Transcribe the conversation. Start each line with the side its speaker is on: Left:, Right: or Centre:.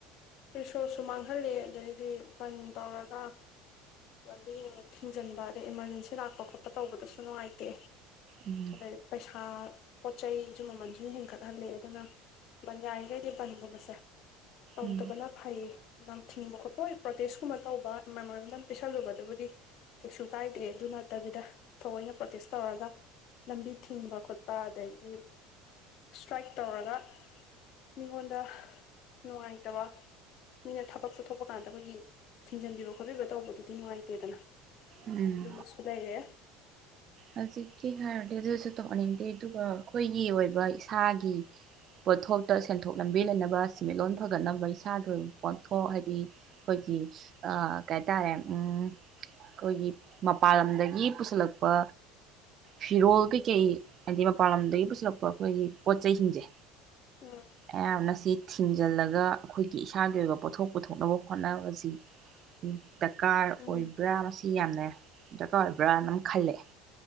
Left: ꯁꯣꯔꯁꯨ ꯃꯥꯡꯍꯜꯂꯤ ꯑꯗꯩꯗꯤ ꯕꯟ ꯇꯧꯔꯒ ꯂꯝꯕꯤ ꯑꯃꯨꯛ ꯊꯤꯡꯖꯟꯕ ꯑꯗꯩ ꯏꯃꯥꯔꯖꯦꯟꯁꯤ ꯂꯥꯛꯄ ꯈꯣꯠꯄ ꯇꯧꯕꯗꯁꯨ ꯅꯨꯡꯉꯥꯏꯇꯦ꯫
Right: ꯎꯝ
Left: ꯑꯗꯩ ꯄꯁꯥ ꯄꯣꯠ ꯆꯩꯖꯨ ꯃꯃꯟ ꯁꯨꯝ ꯍꯦꯟꯒꯠꯍꯜꯂꯤ ꯑꯗꯨꯅ ꯕꯟ ꯌꯥꯔꯤꯒꯩꯗꯤ ꯕꯟꯒꯨꯝꯕꯁꯦ ꯇꯧꯗꯕꯅ
Right: ꯎꯝ
Left: ꯐꯩ ꯌꯥꯝ ꯊꯤꯡꯕ ꯈꯣꯠꯄ ꯑꯣꯏ ꯄ꯭ꯔꯣꯇꯦꯁꯀꯨꯝꯕ ꯇꯧꯕ ꯃꯦꯃꯣꯔꯦꯟꯗꯝ ꯄꯤꯁꯜꯂꯨꯕꯗꯨꯕꯨꯗꯤ ꯀꯩꯁꯨ ꯀꯥꯏꯗꯦ ꯑꯗꯨ ꯅꯠꯇꯕꯤꯗ ꯊꯑꯣꯏꯅ ꯄ꯭ꯔꯣꯇꯦꯁ ꯇꯧꯔꯒ ꯂꯝꯕꯤ ꯊꯤꯡꯕ ꯈꯣꯠꯄ ꯑꯗꯒꯤ ꯏꯁ꯭ꯇ꯭ꯔꯥꯏꯛ ꯇꯧꯔꯒ ꯃꯤꯉꯣꯟꯗ ꯅꯨꯡꯉꯥꯏꯇꯕ ꯃꯤꯅ ꯊꯕꯛ ꯆꯠꯊꯣꯛꯄ ꯀꯥꯟꯗ ꯑꯩꯈꯣꯏꯒꯤ ꯊꯤꯡꯖꯤꯟꯕꯤꯕ ꯈꯣꯠꯄꯤꯕ ꯇꯧꯕꯗꯨ ꯗꯤ ꯅꯨꯡꯉꯥꯏꯇꯦꯗꯅ
Right: ꯎꯝ
Left: ꯑꯗꯨꯃꯁꯨ ꯂꯩꯔꯦ
Right: ꯍꯧꯖꯤꯛꯀꯤ ꯍꯥꯏꯔꯗꯤ ꯑꯗꯨꯁꯨ ꯇꯧꯍꯟꯅꯤꯡꯗꯦ ꯑꯗꯨꯒ ꯑꯈꯣꯏꯒꯤ ꯑꯣꯏꯕ ꯏꯁꯥꯒꯤ ꯄꯣꯠꯊꯣꯛꯇ ꯁꯦꯟꯊꯣꯛ ꯂꯝꯕꯤ ꯂꯩꯅꯕ ꯁꯦꯟꯃꯤꯠꯂꯣꯟ ꯐꯒꯠꯅꯕ ꯏꯁꯥꯒꯤ ꯑꯣꯏꯕ ꯄꯣꯠꯊꯣꯛ ꯍꯥꯏꯗꯤ ꯑꯈꯣꯏꯒꯤ ꯀꯩꯍꯥꯏꯇꯥꯔꯦ ꯑꯈꯣꯏꯒꯤ ꯃꯄꯥꯟ ꯂꯝꯗꯒꯤ ꯄꯨꯁꯤꯜꯂꯛ ꯄ ꯐꯤꯔꯣꯜ ꯀꯩꯀꯩ ꯍꯥꯏꯗꯤ ꯃꯄꯥꯟ ꯂꯝꯗꯒꯤ ꯄꯨꯁꯤꯜꯂꯛꯄ ꯑꯩꯈꯣꯏꯒꯤ ꯄꯣꯠ ꯆꯩꯁꯤꯡꯖꯦ
Left: ꯎꯝ
Right: ꯑꯌꯥꯝꯕꯅ ꯁꯤꯠ ꯊꯤꯡꯖꯜꯂꯒ ꯑꯈꯣꯏꯒꯤ ꯏꯁꯥꯒꯤ ꯑꯣꯏꯕ ꯄꯣꯠꯊꯣꯛ ꯄꯨꯊꯣꯛꯅꯕ ꯍꯣꯠꯅꯕꯁꯤ ꯀꯥꯔ
Left: ꯎꯝ
Right: ꯑꯣꯏꯕ꯭ꯔꯥ ꯁꯤ ꯌꯥꯝꯅ ꯗꯔꯀꯥꯔ ꯑꯣꯏꯕ꯭ꯔꯅ ꯑꯃ ꯈꯜꯂꯦ